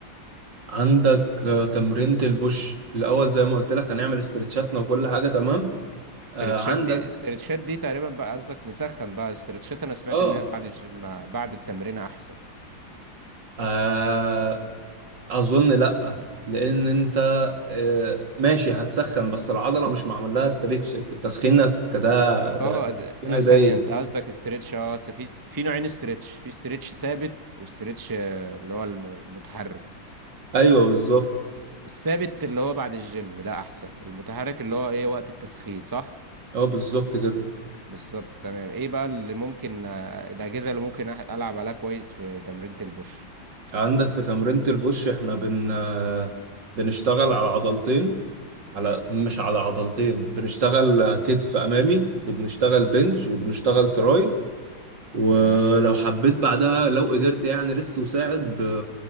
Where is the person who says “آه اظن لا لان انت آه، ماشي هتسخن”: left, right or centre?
Right